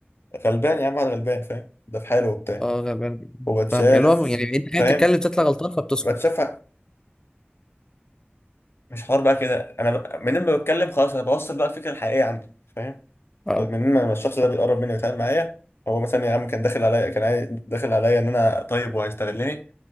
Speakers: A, on the left; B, on the left.
A: غلبان يا عم واحد غلبان فاهم ده في حاله وبتاع
B: اه غلبان جداً.
A: وبتشاف
B: فاهمك اللي هو يعني انت قاعد
A: فاهم
B: بتتكلم تطلع غلطان فبتسكت
A: بتشاف مش حوار بقى كده انا ب- منين ما بتكلم خلاص انا بوصل بقى الفكره الحقيقيه عندي فاهم
B: اه
A: منين ما الشخص ده بيقرب مني ويتعامل معايا هو مثلا يا عم كان داخل عليا كان عاي- داخل عليا ان انا طيب وهيستغلني